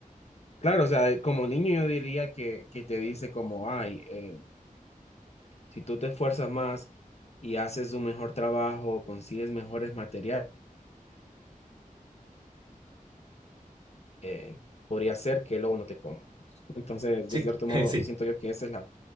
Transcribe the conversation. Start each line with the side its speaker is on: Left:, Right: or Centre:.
Left: claro, o sea, como niño yo diría que, que te dice como, ay, eh, si tú te esfuerzas más y haces un mejor trabajo, consigues mejores materiales, eh, podría ser que el lobo no te coma. Entonces,
Right: Sí,
Left: de cierto
Right: <laughs>
Left: modo,
Right: sí.
Left: siento yo que esa es la,